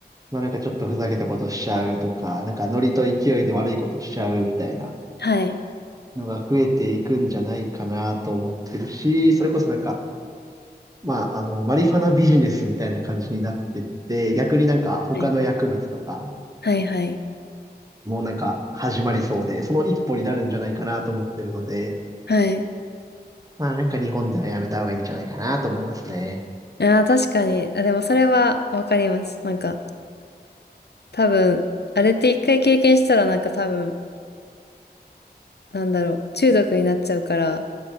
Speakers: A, on the right; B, on the left.
A: まあなんかちょっとふざけたことしちゃうとか、なんかノリと勢いで悪いことしちゃうみたいな
B: はい。
A: のが増えていくんじゃないかなと思ってるし、それこそなんか、まああの、マリファナビジネスみたいな感じになってって、逆になんか他の薬物とか、
B: はい。はい。はい。
A: もうなんか始まりそうで、その一歩になるんじゃないかなと思ってるので、
B: はい。
A: まあなんか日本ではやめた方がいいんじゃないかなと思いますね。
B: ああ、確かに。あ、でもそれはわかります。なんか、多分、あれって一回経験したらなんか多分、なんだろう、中毒になっちゃうから、